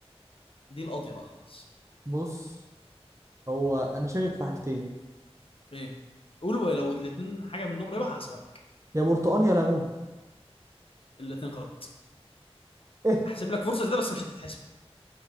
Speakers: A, on the left; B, on the right.
A: دي القاضيه بقى خلاص
B: بص هو انا شاكك في حاجتين
A: ايه قول ولو الاثنين حاجه منهم قريبه هحسبها لك
B: يا برتقال يا ليمون
A: الاثنين غلط
B: ايه
A: احسب لك فرصه زي ده بس مش هتتحسب